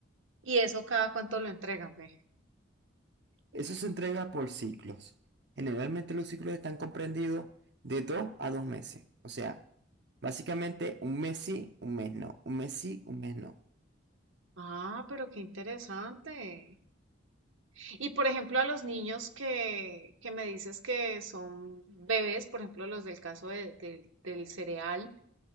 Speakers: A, on the right; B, on the right.
A: Y eso cada cuánto lo entregan, ve.
B: Eso se entrega por ciclos. Generalmente los ciclos están comprendidos de dos a dos meses. O sea, básicamente un mes sí, un mes no. Un mes sí, un mes no.
A: Ah, pero qué interesante. Y por ejemplo, a los niños que, que me dices que son bebés, por ejemplo, los del caso de- del del cereal,